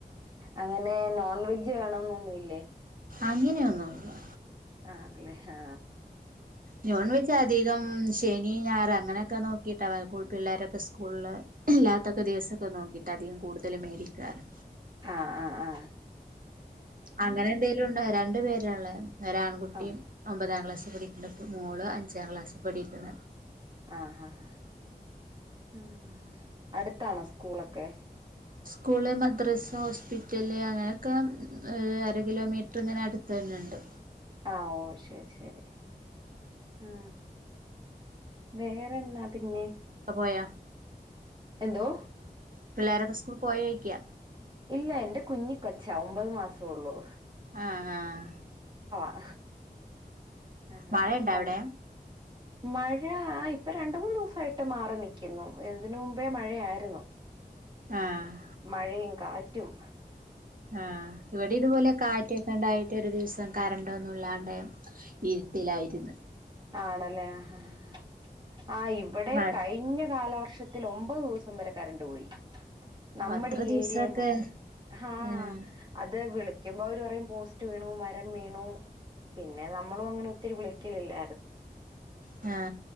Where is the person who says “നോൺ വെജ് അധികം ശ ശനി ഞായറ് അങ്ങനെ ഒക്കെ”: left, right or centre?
Right